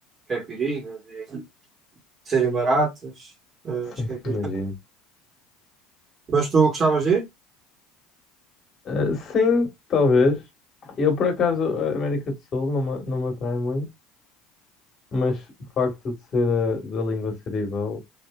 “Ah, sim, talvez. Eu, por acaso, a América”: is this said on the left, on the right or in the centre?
Left